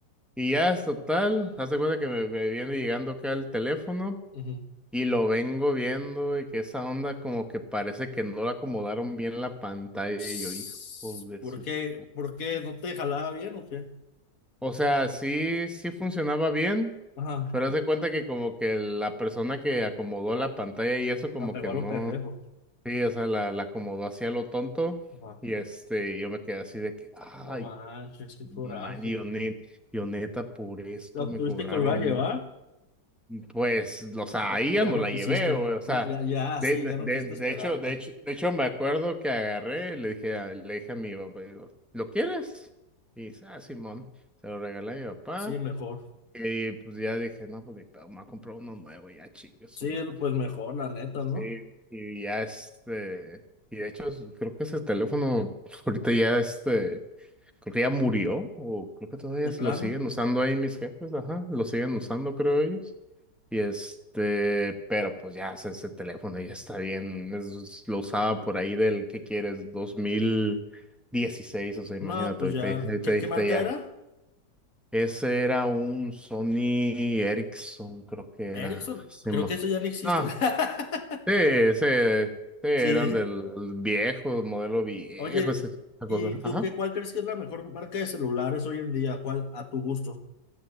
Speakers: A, in the centre; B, on the left.
A: y ya es total, hace cuenta que me, me viene llegando acá el teléfono.
B: Ujú.
A: Y lo vengo viendo y que esa onda como que parece que no la acomodaron bien la pantalla
B: Psss,
A: y yo, hijo de
B: ¿Por
A: su...
B: qué?
A: pu-".
B: ¿Por qué no te jalaba bien o qué?
A: O sea, sí, sí funcionaba bien,
B: Ajá,
A: pero haz de cuenta que como que la persona que acomodó la pantalla y eso como
B: la pegó
A: que
B: a
A: no...
B: los pendejos.
A: Sí, o sea, la, la acomodó hacia lo tonto
B: Ajá.
A: y este, yo me quedé así de que, ay,
B: No manches, qué coraje.
A: man, yo, ne- yo neta, por esto
B: ¿Lo
A: me
B: tuviste
A: cobraron
B: que volver a llevar?
A: Pues, o sea,
B: O,
A: ahí ya
B: o ya
A: no
B: no
A: la
B: quisiste,
A: llevé, güey, O sea,
B: No, ya, ya,
A: de,
B: sí,
A: de,
B: ya no
A: de-
B: quisiste
A: de
B: esperarte.
A: hecho, de hecho, de hecho, me acuerdo que agarré, y le dije, a- le dije a mi papá, digo, ¿lo quieres? Y dice, ah, Simón, se lo regalé a mi papá.
B: Sí, mejor.
A: Y pues ya dije, no, pues mi papá me ha comprado uno nuevo, ya chingue su
B: Sí,
A: madre.
B: pues mejor, la neta,
A: Y sí,
B: ¿no?
A: y ya este, y de hecho, s- creo que ese teléfono <laughs> ahorita ya este, creo que ya murió, o creo que todavía
B: De plano.
A: lo siguen usando ahí mis jefes, ajá, lo siguen usando, creo ellos. Y este, pero pues ya o sea, ese teléfono ya está bien. es- lo usaba por ahí del, ¿qué quieres? dos mil dieciséis o sea, imagínate,
B: No, pues
A: ahorita,
B: ya.
A: ya- ahorita,
B: ¿Qué,
A: ahorita
B: qué marca
A: ya.
B: era?
A: Ese era un Sony Ericsson, creo que
B: Ericsson.
A: era. se
B: Creo
A: mo-
B: que eso ya no existe.
A: No,
B: <laughs>
A: sí, sí, sí, eran
B: Sí.
A: del viejo, modelo viejo,
B: Oye,
A: esa esa
B: ¿y
A: cosa.
B: tú
A: Ajá.
B: qué, cuál crees que es la mejor marca de celulares hoy en día? ¿Cuál a tu gusto?